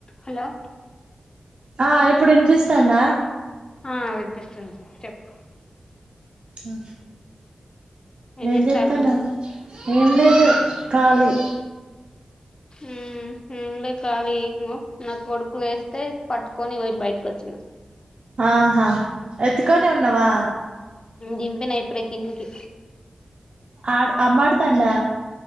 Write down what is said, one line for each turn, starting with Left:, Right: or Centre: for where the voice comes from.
Left: Hello
Right: ఆ ఇప్పుడు వినిపిస్తాందా
Left: ఆ వినిపిస్తుంది చెప్పు
Right: ఆ నేం
Left: ఏం చేస్తాళ్ళు
Right: చెతాను ఏం లేదు ఖళీ
Left: ఉహు కాదు నాకు కొడుకులు వేస్తే పట్టుకొని వటి బయటకు వచ్చిన
Right: ఆహా ఎత్తుకనే ఉన్నావా
Left: దింపిన ఇప్పుడే కిందికి
Right: ఆడ్ అమ్మాడుతాండా